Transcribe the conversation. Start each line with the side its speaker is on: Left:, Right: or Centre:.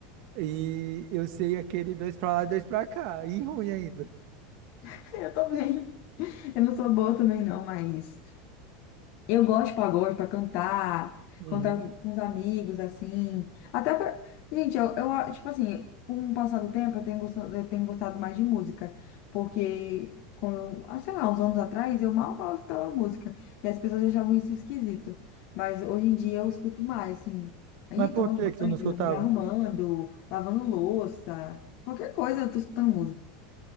Right: e eu sei aquele dois para lá e dois para cá. E ruim ainda.
Left: <laughs> Eu também. Eu não sou boa também, não, mas eu gosto de pagode pra cantar,
Right: Uhum.
Left: cantar com os amigos, assim. Até pra. Gente, eu, eu, tipo assim, com o passar do tempo, eu tenho gostado, eu tenho gostado mais de música. Porque, quando, ah, sei lá, uns anos atrás, eu mal mal escutava música. E as pessoas achavam isso esquisito. Mas hoje em dia eu escuto mais, assim. Aí,
Right: Mas por
Left: tomando
Right: que que
Left: banho,
Right: tu não escutava?
Left: me arrumando, lavando louça, qualquer coisa, eu tô escutando música.